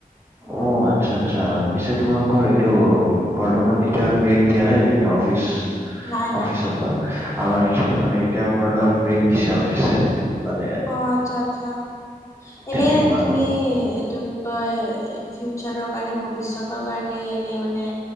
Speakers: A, on the left; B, on the right.
A: সেইকাৰণে
B: অ আত্চ্ছাত চ্ছা পিছে তোমালোকৰ এইটো বৰ্তমান এতিয়া ব্ৰেক দিয়া নাই নেকি অফিচ?
A: নাই
B: অফিচৰ
A: নাই
B: পৰা আমাৰ একচুৱেলি মানে এতিয়া বৰ্তমান ব্ৰেক দিছে অফিচে। মানে
A: অ আত্চ্ছা আত্চ্ছা এনে
B: তেনেকুৱা
A: তুমি এইটো কয় ফিউচাৰৰ কাৰণে ভ- ভৱিষ্যতৰ কাৰণে এনেই মানে